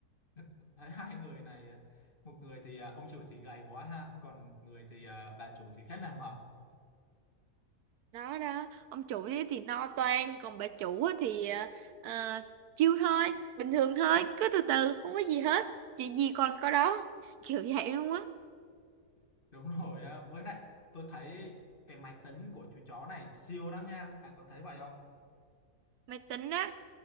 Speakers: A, on the left (about 35°); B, on the right (about 75°).
A: <laughs> Thấy hai người này à, một người thì à, ông chủ thì gầy quá ha còn người thì à, bà chủ thì khá là mập
B: đó đó ông chủ thế thì no toan còn bà chủ á thì à, à, chill thôi bình thường thôi cứ từ từ không có gì hết chuyện gì còn có đó kiểu vậy luôn á
A: đúng rồi á. với lại tôi thấy cái máy tính của chú chó này siêu lắm nha bạn có thấy vậy không
B: máy tính á